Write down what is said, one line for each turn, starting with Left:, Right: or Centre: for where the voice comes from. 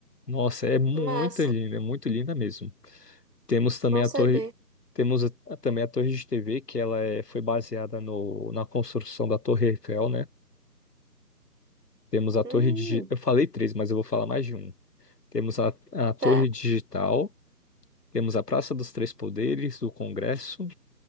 Left: Nossa, é muito
Right: Massa,
Left: linda, é muito linda mesmo. Temos também
Right: bom
Left: a
Right: saber.
Left: torre, temos a- também a torre de TV, que ela é- foi baseada no, na construção da Torre Eiffel, né? Temos a
Right: Hum,
Left: torre digital, eu falei três, mas eu vou falar mais de um. Temos a, a torre
Right: tá.
Left: digital, temos a Praça dos Três Poderes, o Congresso,